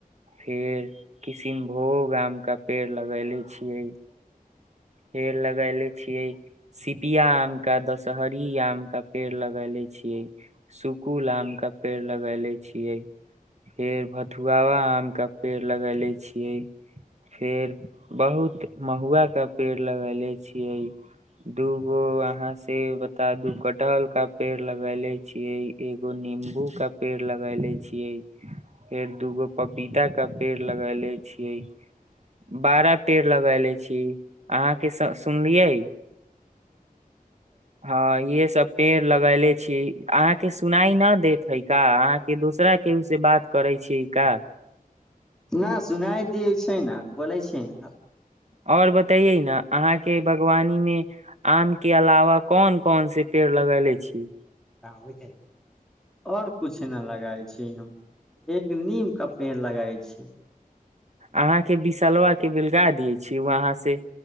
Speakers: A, on the right; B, in the centre.
A: फिर किसनभोग आम केा पेड़ लगैेले छियै पेड़ लगैले छियै सिपिया आमके दशहरी आमके पेड़ लगैले छियै सुकुल आमके पेड़ लगैले छियै फेर भथुआ आमके पेड़ लगैले छियै फेर बहुत महुआके पेड़ लगेले छियै दूगो अहाँ से ता दू कटहल का पेड़ लगेले छियै एगो नीम गू का पेड़ लगेले छी फेर दूगो पपीता का पेड़ लगैलै छियै बारह पेड़ लगैले छी अहाँके सुनलियै ह इहे सब पेड़ लगैले छी अहाँके सुनाई न देत है का अहाँके दोसरा केहू से बात करै छी का
B: न सुनाय दै छै ने बोलै छै ने
A: आओर बतैइयै न अहाँके बगवानीमे आम के अलावा कौन कौन से पेड़ लगैले छी
B: आओर कुछ ने लगाय छियै हम एक नीम का पेड़ लगाय छियै
A: अहाँके बिशलबा के बेलगा दियै छियै वहाँ से